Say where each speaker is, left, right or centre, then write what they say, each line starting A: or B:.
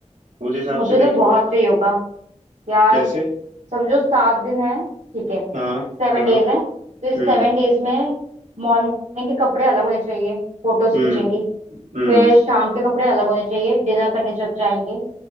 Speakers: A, on the right (about 85°); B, on the right (about 70°).
A: उस हिसाब
B: मुझे
A: से देख
B: तो बहुत
A: लो
B: सही होगा यार
A: जैसे
B: समझो सात दिन है ठीक है
A: हाँ
B: सेवन
A: हाँ
B: डेज है तो इस
A: हम्म
B: सेवन डेज में मॉर्निंग के कपड़े अलग होने चाहिए फोटोज
A: हम्म
B: खींचेंगी
A: हम्म
B: फिर शाम के कपड़े अलग होने चाहिए डिनर करने जब जाएंगे